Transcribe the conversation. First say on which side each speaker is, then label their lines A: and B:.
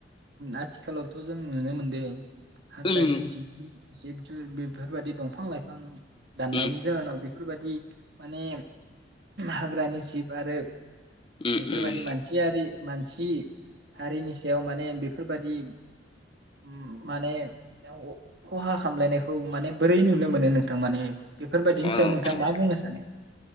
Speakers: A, on the right (about 65°); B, on the left (about 30°).
A: आथिखालावथ' जों नुनो मोनदों हाग्रानि
B: उम
A: जिब जुनार जिब बेफोरबायदि दफां लाइ फां दाननायनि
B: उम
A: जाहोनाव बे फोरबायदि माने हाग्रानि जिब आरो
B: उम
A: बेफोरबायदि
B: उम
A: मानसिआरि मानसि <unintelligible> हारिनि सायाव माने बेफोरबादि उम माने <unintelligible> खहा खामलायनायखौ माने बोरै नुनो मोनो नों थां माने बेफोरबायदिनि
B: औ
A: सायाव नोंथाङा
B: औ
A: मा बुंनो सा <unintelligible>